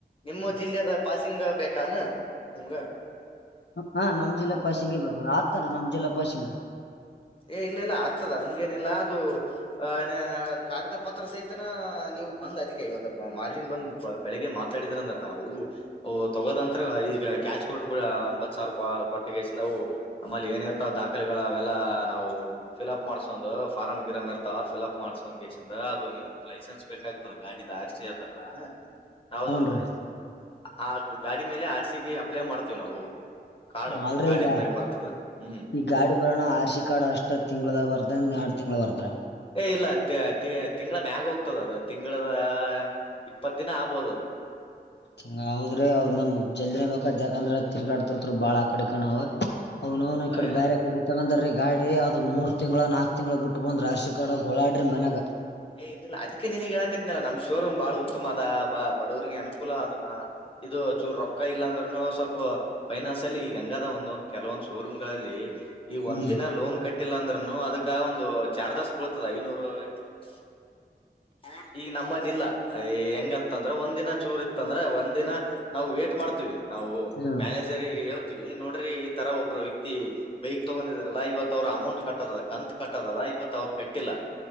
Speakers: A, on the left (about 30°); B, on the left (about 80°).
A: ನಿಮ್ಮ ಜಿಲ್ಲೆದ್ ಪಾಸಿಂಗ್ ಬೇಕಾನ. ನಿಮ್ಗ.
B: ಹಾ ನಮ್ ಜಿಲ್ಲೆ ಪಾಸಿಂಗೇ ಬೇಕಾರ ಅತ್ಯೆನ್ರಿ ನಮ್ ಜಿಲ್ಲಾ ಪಾಸಿಂಗ್.
A: ಏ ಇಲ್ಲ ಇಲ್ಲ ಆಗ್ತದ ಅದಂಗ ಏನಿಲ್ಲ ಅದು ಅ ಕಾಗದ ಪತ್ರ ಸಹಿತನ ನೀವು ಬಂದ್ ಅದಕ್ಕೆ ಇವತ್ತು ಮಾರ್ನಿ ಬಂದ ಬೆಳಿಗ್ಗೆ ಮಾತಾಡಿದ್ರ ಅಂದ್ರ ನಾವು ತೊಗದಂತ್ರ ಈಗ ಕ್ಯಾಶ್ ಕೊಟ್ ಬಿಡ ಎಂಬತ್ ಸಾವಿರ ಕೊಟ್ಟ ನಾವು ಆಮೇಲೆ ಏನ ಇರ್ತಾವ ದಾಖಲೆಗಳು ಅವೆಲ್ಲ ನಾವು ಫಿಲ್ಅಪ್ ಮಾಡ್ಸೊಂದು ಫಾರ್ ಗಿರಮ್ ಇರ್ತಾವ ಫಿಲ್ಅಪ್ ಮಾಡ್ಸೊ್ ಗೇಸ್ದ ಅದು ನಿಮ್ ಲೈಸೆನ್ಸ್ ಬೇಕ ಆಗ್ತದೆ ಗಾಡಿ ದಾರಸೆ ಅದಲ್ಲ ನಾದು
B: ನೋಡ್ರಿ
A: ಆ ಗಾಡಿ ಮೇಲೆ ಆಡ್ಸಿಕ ಅಪ್ಲೈ ಮಾಡ್ತೀವಿ ನಾವು ಕಾರ್ಡ್
B: ಹ ಅಲ್ರಿ
A: ಗಾಡಿದ
B: ಈಗ
A: ಮ್ಯಾಗ ಬರ್ತದ ಹ್ಮ್
B: ಈ ಗಾಡಿ ಬರೋಣ ಆರ್ಸಿ ಕಾಡು ಅಷ್ಟ ಇಷ್ಟ ತಿಂಗಳದ ಬರ್ದ ನಾಡು ತಿಂಗಳುಳ ಬರ್ದ್ರ
A: ಏ ಇಲ್ಲ ತಿಂಗಳ ಮ್ಯಾಗ ಹೋಗ್ತದ ಅದು ತಿಂಗಳದ ಇಪ್ಪತ್ ದಿನ ಆಗ್ಬೋದ ಅದು <unintelligible>
B: ಚಂಗ ಹೋದ್ರೆ ಅದ್ ನ ಜಲ್ದಿನೇ ಬೇಕಾದ್ ಯಾಕಂದ್ರೆ ಅ ತಿರ್ಗಾಡ್ತಿರ್ತರು ಬಾಳ ಆಕಡೆ ಕಣ ಅವ್ ಅವ ನವನು
A: ಇಲ್ಲ
B: ಈ ಕಡೆ
A: ಇಲ್ಲ
B: ಬೇರೆ ಕಡೆ ತಗೊಂಡಂದ್ರೀ ಗಾಡಿ ಅದು ಮೂರ್ ತಿಂಗ್ಗಳ ನಾಕಕ್ ತಿಂಗ್ಳ ಬಿಟ್ಟು ಬಂದ್ ರಾಶಿ ಕಡ ಗೋಳಾಡ್ರಿ ಮನ್ಯಾಗ
A: ಏ ಇಲ್ಲಿ ಇಿಲ್ಲ ಅದಕ್ಕೆ ನಿನಗ್ ಹೇಳಾಕತ್ತನಲ್ಲಾ ನಮ್ ಶೋರೂಮ್ ಬಾಳ ಉತ್ತಮ ಅದ ಬಾ ಬಡವರಿಗೆ ಅನುಕೂಲ ಅದನ ಇದು ಚೂರು ರೊಕ್ಕ ಇಲ್ಲ ಅಂದ್ರನು ಸ್ವಲ್ಪ ಫೈನಾನ್ಸ್ ಅಲ್ಲಿ ಈಗ ಗಂಗದ ಒಂದೊಂದ್ ಕೆಲವೊಂದ್ ಶೋರೂಮ್ಗಳಲ್ಲಿ ಈ
B: ಹ್ಮ್
A: ಒಂದ್ ದಿನ ಲೋನ್ ಕಟ್ಟಿಲ್ಲ ಅಂದ್ರನು ಅದಕ್ಕ ಒಂದು ಚಾರ್ಜಸ್ ಬಳ್ತದ ಐನೂರು <unintelligible> ಈಗ ನಮ್ಮಲ್ಲಿ ಇಲ್ಲ ಹೆಂಗಂತಂದ್ರ ಒಂದ ದಿನ ಚೂರ್ ಇತ್ತಂದ್ರ ಒಂದನ ನಾವು ಮಾಡ್ತೀವಿ ನಾವು
B: ಹ್ಮ್
A: ಮ್ಯಾನೇಜರ್ ನೋಡ್ರಿ ಈ ತರ ಒಬ್ರು ವ್ಯಕ್ತಿ ಬೈಕ್ ತಗೊಂಡಿದಾರಲ್ಲಾ ಇವತ್ ಅವ್ರ ಅಮೌಂಟ್ ಕಟ್ಟದ ಕಂತತ್ ಕಟ್ಟದದ ಇವತ್ ಅವ್ರ ಕಟ್ಟಿಲ್ಲ